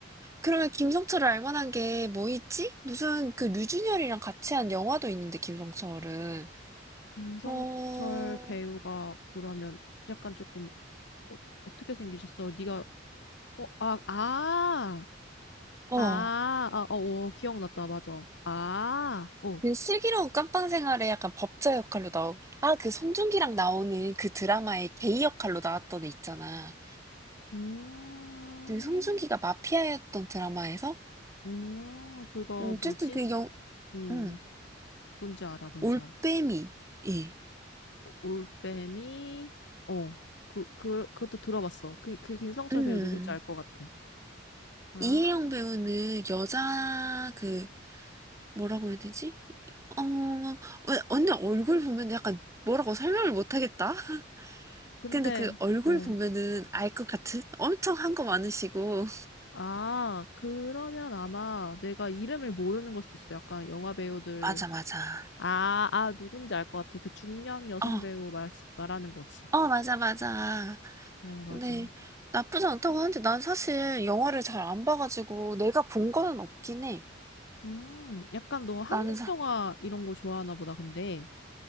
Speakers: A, on the right; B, on the left.
A: 그러면 김성철을 알 만한 게 뭐 있지? 무슨 그 류준열이랑 같이 한 영화도 있는데 김성철은.
B: 김성철
A: 어.
B: 배우가 그러면 약간 조금 어, 어떻게 생기셨어? 네가 어, 아, 아.
A: 어.
B: 아, 아, 어, 어, 기억났다. 맞아. 아, 어.
A: 그 슬기로운 깜빵 생활에 약간 법자 역할로 나오고, 아, 그 송중기랑 나오는 그 드라마에 게이 역할로 나왔던 애 있잖아.
B: 음.
A: 그 송중기가 마피아였던 드라마에서,
B: 음, 그거
A: 음, 어쨌든
B: 뭐지?
A: 그 영,
B: 음.
A: 음,
B: 뭔지 알아, 뭔지
A: 올빼미,
B: 알아.
A: 예.
B: 오- 올빼미 어 그 그 그것도 들어봤어 그 그 김성철
A: 음,
B: 배우 누군지 알 것 같아 아
A: 이혜영
B: 어
A: 배우는 여자, 그, 뭐라고 해야 되지? 어, 왜, 언니 얼굴 보면 약간 뭐라고 설명을 못 하겠다? <laughs>
B: 근데
A: 근데 그 얼굴
B: 어
A: 보면은 알 것 같은? 엄청 한 거 많으시고.
B: 아 그러면 아마 내가 이름을 모르는 걸 수도 있어 약간 영화 배우들
A: 맞아, 맞아.
B: 아아 누군지 알 것 같아 그 중년 여성
A: 어,
B: 배우 말 말하는 거지
A: 어, 맞아, 맞아.
B: 어 맞아
A: 근데 나쁘지 않다고 하는데 난 사실 영화를 잘 안 봐가지고 내가 본 거는 없긴 해.
B: 음 약간 너 한국
A: 나는 사,
B: 영화 이런 거 좋아하나 보다 근데